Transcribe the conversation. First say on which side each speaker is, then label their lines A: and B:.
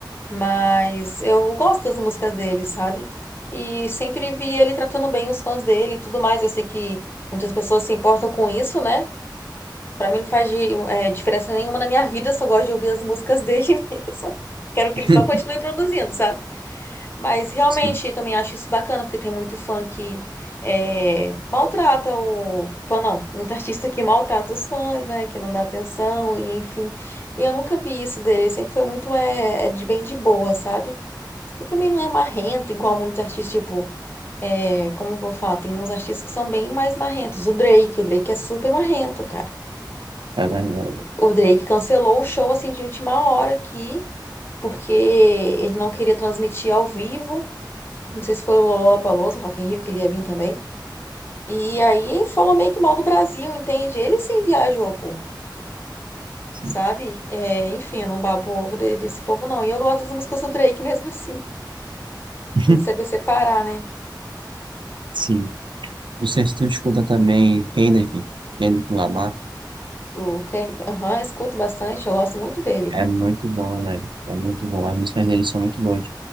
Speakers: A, on the left; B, on the right.
A: mas eu gosto das músicas dele, sabe? E sempre vi ele tratando bem os fãs dele e tudo mais. Eu sei que muitas pessoas se importam com isso, né? Pra mim não faz di- é, diferença nenhuma na minha vida, eu só gosto de ouvir as músicas dele <laughs> mesmo. Quero que
B: <laughs>
A: ele só continue produzindo, sabe? Mas realmente
B: Sim,
A: eu também acho isso bacana, porque tem muito fã que é, maltrata o. Fã não, muito artista que maltrata os fãs, né? Que não dá atenção, e enfim. E eu nunca vi isso dele, ele sempre foi muito é, é de bem de boa, sabe? E também não é marrento, igual muitos artistas, tipo. é, como que eu falo? Tem uns artistas que são bem mais marrentos. O Drake, o Drake é super marrento, cara.
B: é verdade.
A: O Drake cancelou o show assim de última hora aqui, porque ele não queria transmitir ao vivo. Não sei se foi o Lollapalooza, Rock in Rio, que ele ia vir também. E aí falou meio que mal do Brasil, entende? Ele sim viajou, pô,
B: Sim.
A: sabe? É, enfim, eu não babo ovo de- desse povo, não. E eu gosto das músicas do Drake mesmo <laughs> assim.
B: <laughs>
A: Tem que saber separar, né?
B: Sim. Não sei se tu escuta também Kendrick, Kendrick Lamar.
A: Eu quem, aham, escuto bastante, eu gosto muito dele.
B: É muito bom, né? É muito bom. As músicas deles são muito boas.